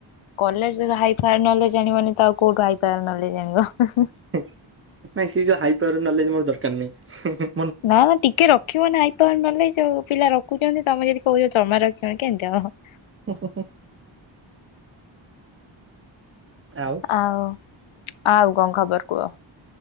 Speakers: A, on the left (about 85°); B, on the right (about 25°).
A: କଲେଜ ରେ ହାଇ ଫାର୍ ନଲେଜ ଜାଣିବନି ତ ଆଉ କୋଉଠୁ ହାଇ ଫାଇ ନଲେଜ ଜାଣିବ
B: ହେଁ ନାଇଁ ସେ ଯୋଉ ହାଇ ପାୱାର ନଲେଜ ମୋର ଦରକାର ନାହିଁ ହେଁ ହେଁ
A: ନା ନା ଟିକେ ରଖିବ ନା ତ ଏମାନେ ଯୋଉ ପିଲା ରଖୁଛନ୍ତି ତମେ ଯଦି କହୁଛ ଚମା ରଖିବନି କେମିତି ହବ।
B: ହୁ ହୁ ଆଉ
A: ଆଉ ଆଉ କଣ ଖବର କୁହ?